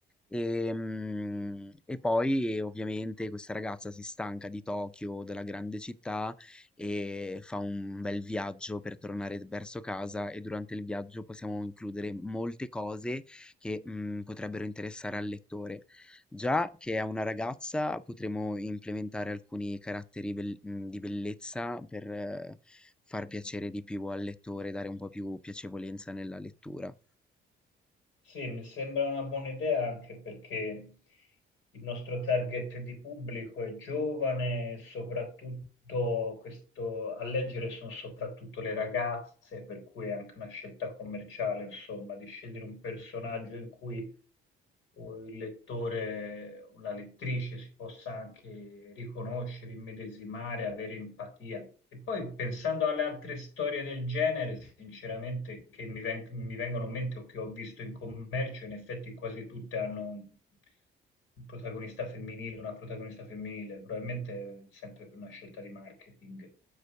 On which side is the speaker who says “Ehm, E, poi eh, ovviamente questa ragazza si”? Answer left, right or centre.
Centre